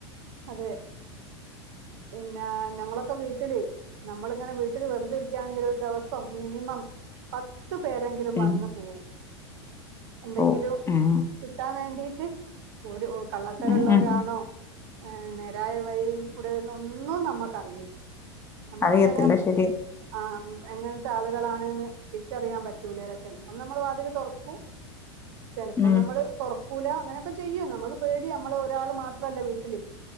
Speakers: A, on the right (about 60°); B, on the left (about 15°).
A: അതെ പിന്നെ നങ്ങളൊക്കെ വീട്ടില് നമ്മളിങ്ങനെ വീട്ടിൽ വെറുതെ ഇരിക്കുകയാണെങ്കിൽ ഒരു ദോവ സം മിനിമം പത്ത് പേരെങ്കിലും
B: ഉം
A: വന്ന് പോവും എന്തെങ്കിലും
B: ഓ ഉം
A: കിട്ടാൻ വേണ്ടിട്ട് ഓരു കള്ളത്തരഉള്ളോരാണോ
B: ഉം ഉം
A: നേരായ വഴിയിൽ കൂടെ ഇതൊന്നും നമ്മുക്കറിയൂ നമ്മക്ക്
B: അറിയത്തില്ല
A: ഇവരാ
B: ശരിയാ
A: ആ മ് എങ്ങനത്തെ ആളുകളാണ്ന്ന് തിരിച്ചറിയാൻ പറ്റൂലെലോ ചെലപ്പം നമ്മള് വാതില് തുറക്കൂ ചിലപ്പോ
B: ഉം
A: നമ്മള് തുറക്കൂല അങ്ങനൊക്ക ചെയ്യും നമുക്ക് പേടി നമ്മള് ഒരാള് മാത്രല്ല വീട്ടില്